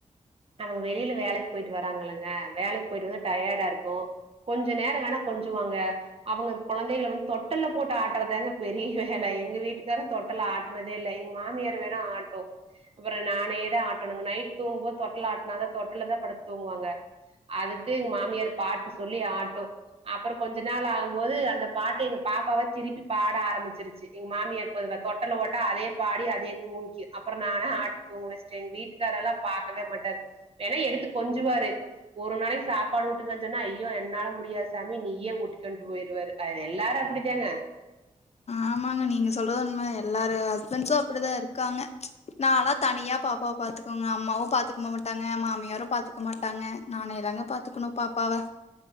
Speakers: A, on the right (about 45°); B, on the left (about 55°).
A: அவங்க வெளியில வேலைக்கு போயிட்டு வராங்கல்லங்க வேலைக்கு போயிட்டு வந்து டயர்டா இருக்கு கொஞ்ச நேர வேணா கொஞ்சுவாங்க அவங்க கொழந்தைகள வந்து தொட்டல்ல போட்டு ஆட்டறதாங்க பெரிய வேல எங்க வீட்டுக்காரு தொட் டல்ல ஆட்னதே இல்ல எங்க மாமியார் வேணா ஆட்டு அப்பற நானேதா ஆட்டணுங்க நைட் தூங்கும்போது தொட்டல் ஆட்னாதா தொட்டல்லதா படுத்து தூங்குவாங்க அதுக்கு எங்க மாமியார் பாட்டு சொல்லி ஆட்டும் அப்பற கொஞ்ச நாள் ஆகும்போது அந்த பாட்டி எங்க பாப்பாவே திருப்பி பாட ஆரம்பிச்சிருச் ச்சி எங்க மாமிய தொட்டல போட்டா அதே பாடி அதே தூங்கி அப் அப்புற நானா ஆட்டி தூங்க வச்சட்டேன் வீட்டுக்காரெல்லா பாகக்கவே மாட்டாரு வேணா எடுத்து கொஞ்சுவாரு ஒரு நாளைக் சாப்பாடு ஊட்டுங்கன் சொன்னா ஐயோ என்னால முடியாது சாமி நீயே ஊட்டிக்கொண்டு போய்டுவாரு அ எல்லாரு அப்படித்தாங்க
B: ஆமாங்க நீங்க சொல்றது உண்மைதா எல்லாரு ஹஸ்பண்ட்ஸும் அப்படிதாருக்காங்க நால்லா தனியா பாப்பாவ பாத்துக்கனுங்க அம்மாவும் பாத்துக்க மாட்டாங்க மாமியாரும் பாத்துக்க மாட்டாங்க நானே தாங்க பாத் துக்கணும் பாப்பாவ